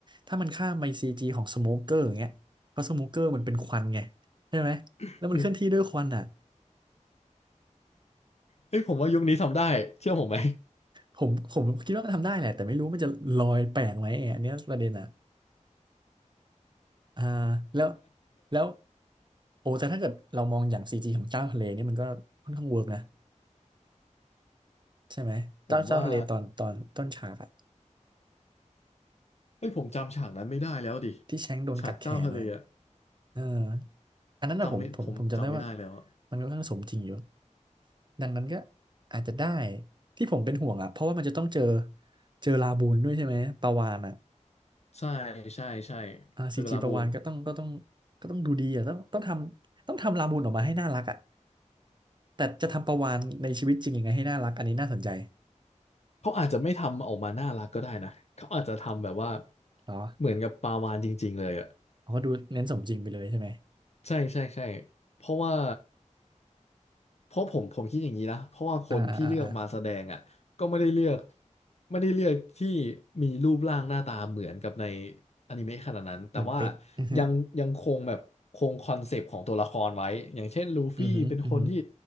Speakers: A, on the right; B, on the left.
A: ถ้ามันข้ามไปซีจีของสโมเกอร์อย่างเงี้ยเพราะสโมเกอร์มันเป็นควันไงใช่ไหมแล้วมันเคลื่อนที่ด้วยควันอ่ะ
B: <laughs> เอ้ยผมว่ายุคนี้ทำได้เชื่อผมไหม
A: ผมผมคิดว่ามันทำได้แหละแต่ไม่รู้มันจะลอยแปลกไหมอันเนี้ยประเด็นอ่ะ อ่าแล้วแล้วโอ้แต่ถ้าเกิดเรามองอย่างซีจีของเจ้าทะเลนี่มันก็ค่อนข้างเวิร์กนะใช่ไหมเจ้าเจ้าทะเลตอนตอนต้นฉากอะ
B: <laughs> ผมว่าเอ้ยผมจำฉากนั้นไม่ได้แล้วดิ
A: ที่แชงก์โดนกัดแขนนะ
B: ฉากเจ้าทะเลอะ
A: เอออันนั้นนะผมผมผมจำได้ว่า
B: จำไม่ผมจำไม่ได้แล้วอะ
A: มันค่อนข้างสมจริงอยู่ดังนั้นก็อาจจะได้ที่ผมเป็นห่วงอะเพราะว่ามันจะต้องเจอเจอลาบูนด้วยใช่ไหมปลาวาฬอะ
B: ใช่ใช่ใช่
A: อ่าซีจีประวานก็ต้องก็ต้อง
B: เซอร์กาลาบูน
A: ก็ต้องดูดีอ่ะต้องต้องทำต้องทำลาบูนออกมาให้น่ารักอ่ะแต่จะทำประวานในชีวิตจริงยังไงให้น่ารักอันนี้น่าสนใจ
B: เขาอาจจะไม่ทำออกมาน่ารักก็ได้นะเขาอาจจะทำแบบว่า
A: เหรอ
B: เหมือนกับปลาวาฬจริงๆเลยอ่ะ
A: เขาก็ดูเน้นสมจริงไปเลยใช่ไหม
B: ใช่ใช่ใช่เพราะว่าเพราะผมผมคิดอย่างนี้นะเพราะว่าคนที่เลือกมาแสดงอ่ะก็ไม่ได้เลือก
A: อ่าอ่าอ่าอ่า
B: ไม่ได้เลือกที่มีรูปร่างหน้าตาเหมือนกับในอนิเมะขนาดนั้นแต่ว่า
A: เหมือนเป๊ะอือฮึ
B: ยังยังคงแบบคงคอนเซปต์ของตัวละครไว้อย่างเช่นลูฟี่เป็นคนที่
A: อือฮึอือฮึ